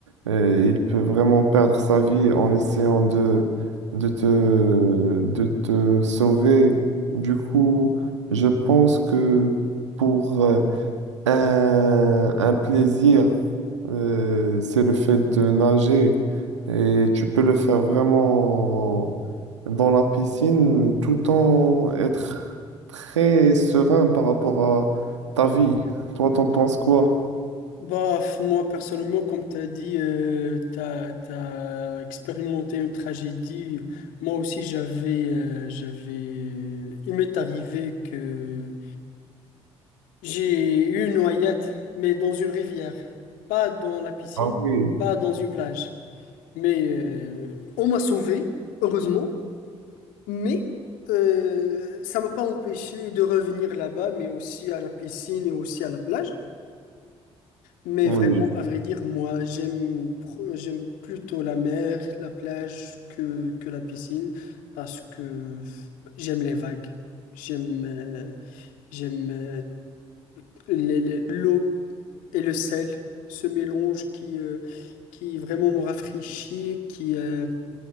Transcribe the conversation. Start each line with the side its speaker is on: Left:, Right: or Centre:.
Right: euh, il peut vraiment perdre sa vie en essayant de, de te, de te sauver. Du coup, je pense que pour euh, un, un plaisir, euh, c'est le fait de nager. Et tu peux le faire vraiment dans la piscine tout en être très serein par rapport à ta vie. Toi, t'en penses quoi?
Left: Bah, f- moi personnellement, comme t'as dit, euh, t'as, t'as expérimenté une tragédie. Moi aussi, j'avais, euh, j'avais, euh, il m'est arrivé que j'ai eu une noyade, mais dans une rivière, pas dans la piscine,
Right: Ah oui,
Left: pas dans une plage. Mais euh, on m'a sauvé, heureusement, mais euh, ça m'a pas empêché de revenir là-bas, mais aussi à la piscine et aussi à la plage. Mais
Right: oui.
Left: vraiment, à vrai dire, moi, j'aime pro- j'aime plutôt la mer, la plage que, que la piscine, parce que j'aime les vagues, j'aime euh, j'aime euh, les- les- l'eau et le sel, ce mélange qui, euh, qui vraiment me rafraîchit, qui, euh,